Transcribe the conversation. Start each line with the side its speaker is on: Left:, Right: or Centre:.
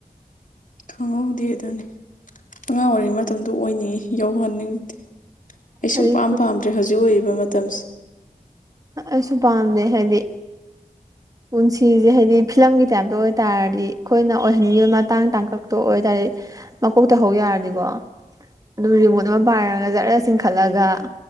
Left: ꯈꯪꯍꯧꯗꯦ ꯑꯗꯨꯅꯤ ꯑꯉꯥꯡ ꯑꯣꯏꯔꯤꯉꯩ ꯃꯇꯝꯗꯣ ꯑꯣꯏꯅꯤꯡꯉꯤ ꯌꯧꯍꯟꯅꯤꯡꯗꯦ ꯑꯩ ꯁꯨꯝ
Right: ꯑꯗꯩ
Left: ꯄꯥꯝ ꯄꯥꯝꯗ꯭ꯔꯦ ꯍꯧꯖꯤꯛ ꯑꯣꯏꯔꯤꯕ ꯃꯇꯝꯁꯤ꯫
Right: ꯑꯩꯁꯨ ꯄꯥꯝꯗꯦ ꯍꯥꯏꯗꯤ ꯄꯨꯟꯁꯤꯁꯦ ꯍꯥꯏꯗꯤ ꯐꯤꯂꯝꯒꯤ ꯇꯥꯏꯞꯇ ꯑꯣꯏ ꯇꯔꯗꯤ ꯑꯩꯈꯣꯏꯅ ꯑꯣꯏꯍꯟꯉꯤꯕ ꯃꯇꯥꯡ ꯇꯥꯡꯀꯛꯇ ꯑꯣꯏ ꯇꯔꯗꯤ ꯃꯀꯣꯛꯇ ꯍꯧ ꯌꯥꯔꯗꯤꯀꯣ ꯑꯗꯨꯝ ꯔꯤꯃꯣꯠ ꯑꯃ ꯄꯥꯏꯔꯒ ꯖꯔ ꯆꯤꯡꯈꯠꯂꯒ